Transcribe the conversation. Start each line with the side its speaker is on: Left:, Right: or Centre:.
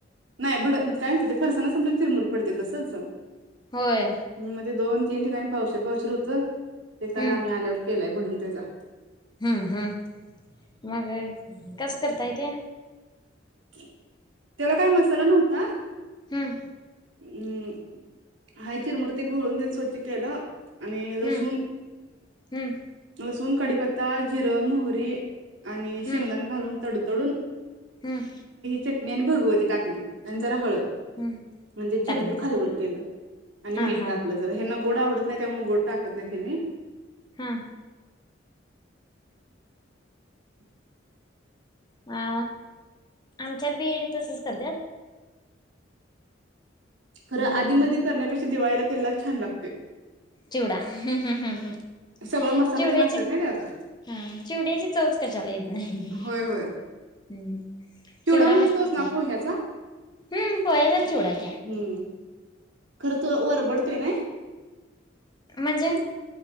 Right: नाही भड काय म्हणत ते फरसाना संपलं चिरमूर पडते तसच हम्
Left: होय
Right: मग ते दोन तीन ठिकाणी पावशर पावशीर होतं ते काला
Left: हम्म
Right: आम्ही आल्यावर केलंय भडंग त्याचा
Left: हम्म, हम्म मग कसं करताय ते
Right: त्याला काय मसाला नव्हता
Left: हम्म
Right: हम्म हाय चिरमुरे घोळून तेन स्वच्छ केलं आणि लसूण,
Left: हम्म हम्म
Right: लसूण कडीपत्ता जिरं मोहरी आणि
Left: हम्म
Right: शेंगदाणा घालून तडतडून
Left: हम्म
Right: च भगवती टाकली जरा हळद
Left: हम्म
Right: म्हणजे चिरमूर
Left: टाकलीसा
Right: खालवर
Left: काय
Right: केलं आणि
Left: हा
Right: मीठ टाकलं
Left: हा
Right: जरा हे ना गोडा उडत नाही त्यामुळे गोड टाकत नाही त्यांनी.
Left: हा
Right: <unintelligible>
Left: अ आमच्यात बी तसच करत्यात.
Right: खरं
Left: हम्म
Right: आधी मध करण्यापेक्षा दिवाळीला केलेला छान लागतो.
Left: चिवडा हम्म हम्म हम्म हम्म
Right: सगळं मसाला
Left: चिवड्याची
Right: तेन असत्यात ना त्यात
Left: हा चिवड्याची चवच कशाला येत नाही.
Right: होय होय
Left: हम्म चिवडा
Right: म्हणजे
Left: मस्तच
Right: तोच ना
Left: लाग
Right: पोह्याचा
Left: हम्म पोह्याच चिवडा घ्या.
Right: हम्म खर्च वर बडतोय ना.
Left: म्हणजे